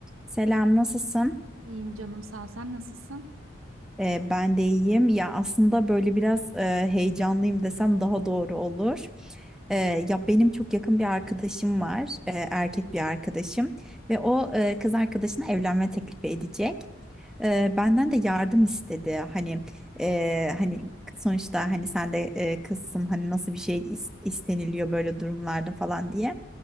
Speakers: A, in the centre; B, on the right.
A: Selam, nasılsın?
B: İyiyim canım sağ ol. Sen nasılsın?
A: Ee, ben de iyiyim. Ya aslında böyle biraz e, heyecanlıyım desem daha doğru olur. Ee, ya benim çok yakın bir arkadaşım var, e, erkek bir arkadaşım ve o e, kız arkadaşına evlenme teklifi edecek. Ee, benden de yardım istedi. Hani e, hani sonuçta hani sen de e, kızsın hani nasıl bir şey is- isteniliyor böyle durumlarda falan diye.